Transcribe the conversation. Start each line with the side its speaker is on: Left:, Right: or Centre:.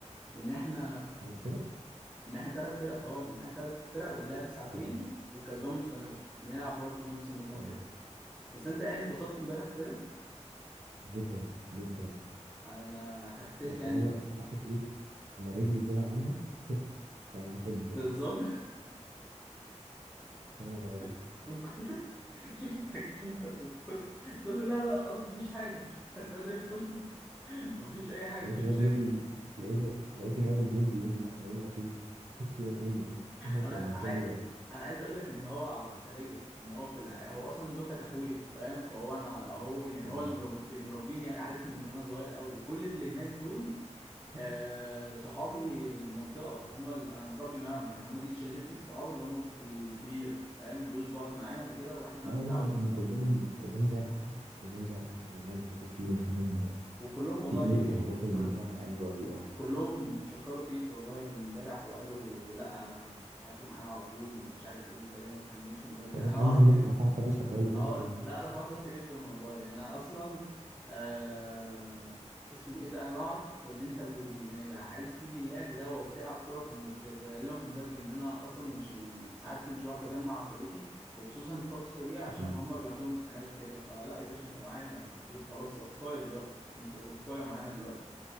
Centre: ان احنا
Right: ثلاث فرق
Centre: ان احنا ثلاث فرق اه ان احنا ثلاث فرق واللعب ساعتين
Right: اه
Centre: والكسبان مستمر بنلعب برضه بنفس النظام
Right: اه
Centre: كده بس انت يعني اتبسطت امبارح كده
Right: جدا جدا
Centre: انا حسيت
Right: بس
Centre: يعني
Right: هو في واحد ايه انا رجلي طلع عينها فواحد
Centre: ده الظابط
Right: آه،
Centre: <laughs> بالكوره شفتك شفتك بالكوره تقول له لا لا خلاص مفيش حاجه <laughs> لا زي الفل <laughs> مفيش اي حاجه
Right: لقيت
Centre: مفيش
Right: الواد
Centre: مشاكل
Right: نازل لقيت لقيت الواد الجول بيقول لي لا بقول لك ايه <laughs> سيبك منه ده بيهزر
Centre: انا
Right: مع
Centre: عاي...
Right: كل اللي ده
Centre: انا عايز اقول لك ان هو عسليه ان هو في الحقيقه هو اصلا دفعه اخويا فاهم فهو انا هو يعني هو
Right: اه
Centre: اللي مرب... مربيني يعني عارفني من وانا صغير قوي وكل اللي هناك دول
Right: لا
Centre: آه صحابي من المنطقه هم اللي انا متربي معاهم يعني هم دي شلتي الصحاب اللي هم الكبيره فاهم دول اللي بقعد معاهم وكده واحنا
Right: لا
Centre: متعود
Right: والله هم هم كلهم كلهم زي العسل كلهم زي العسل والله ما حدش فيهم فاهم
Centre: وكلهم والله
Right: تقيل او واخد
Centre: كل
Right: الموضوع على قلبه قوي اه
Centre: كلهم شكروا فيك والله امبارح وقالوا لا هاتوا معانا على طول ومش عارف ايه انت ليه ما تكلموش من بدري
Right: طب
Centre: انا
Right: الحمد
Centre: اعرف
Right: لله رفعت راسك وانا قلت
Centre: اه
Right: <laughs>
Centre: لا رفعت راسي جدا والله انا اصلا آه اسمه ايه ده انا لو اعرف ان انت ب- يعني عايز تيجي اللعب ده وبتلعب كوره كنت بكلمك من بدري ان انا اصلا مش يعني ساعات مش بعرف اجمع فرقتي وخصوصا الفتره دي عشان
Right: اه
Centre: هم بيبقى عندهم امتحانات وكده فلا يا باشا انت معايا انا على طول خلاص صفقايه دلوقتي انت صفقايه معانا دلوقتي